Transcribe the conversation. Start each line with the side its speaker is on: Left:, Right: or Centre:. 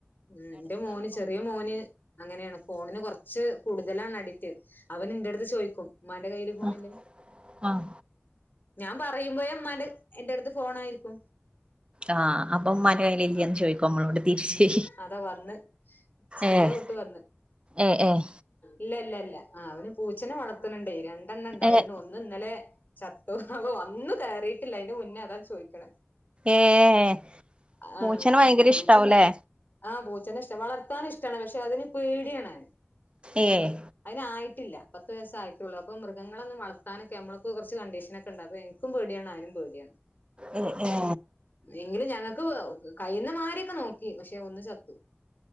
Left: ഉം ഇന്റെ മോന് ചെറിയ മോന് അങ്ങനെയാണ് ഫോണിന് കൊറച് ച്ച് കൂടുതലാണ് അടിക്റ്റ് അവൻ ഇന്റെട്ത്ത് ചോയിക് ഉമ്മാന്റെ കൈയ്യില് ഫോണില്ലേ
Right: ആഹ് ആഹ്
Left: ഞാൻ പറയുമ്പഴെ ഉമ്മാന്റെ എന്റെടുത്ത് ഫോണായിരിക്കും.
Right: ആഹ് അപ്പം ഉമ്മാൻ്റെ കൈയ്യിലില്ലേന്ന്
Left: ആഹ്
Right: ചോയിക്കും അമ്മളോട് തിരിച്ച്.
Left: അതാ വന്ന് സ്കൂള്
Right: ഏഹ്
Left: വിട്ട് വന്ന്.
Right: ഏഹ് ഏഹ്
Left: ഇല്ല ഇല്ല ഇല്ല ആഹ് അവന് പൂച്ചെനെ വളത്ത്ന്ന്ണ്ടേ രണ്ടെണ്ണം ഇണ്ടായിരുന്നു
Right: ഏഹ്
Left: ഒന്ന് ന്ന് ഇന്നലെ ചത്തു അപ്പം വന്ന് കയറീട്ടില്ലാ അതിന്റെ മുന്നേ അതാ ചോയിക്കണ്.
Right: ഏഹ് പൂച്ചേനെ
Left: ആഹ്
Right: ഭയങ്കര
Left: പൂച്ച
Right: ഇഷ്ട്ടാവൂലേ?
Left: ച ആഹ് പൂച്ചേനെ ഇഷ്ട്ടാ വളർത്താന് ഇഷ്ട്ടാണ് പക്ഷെ അതിന് പേടിയാണ്.
Right: ഏഹ്
Left: അയിന് ആയിട്ടില്ലാ പത്ത് വയസ്സായി ത്തുള്ളൂ അപ്പം മൃഗങ്ങളൊന്നും വളത്താനൊക്കെ നമ്മൾക്ക് കൊറച്ച് കണ്ടീഷനൊക്കെ ഇണ്ട് അപ്പം എന്ക്കും പേടിയാണ് അവനും പേടിയാണ്.
Right: ഉം ഉം
Left: എങ്കിലും ഞങ്ങക്ക് കഴിയുന്നമാരിയൊക്കെ നോക്കി പക്ഷെ ഒന്ന് ചത്തു.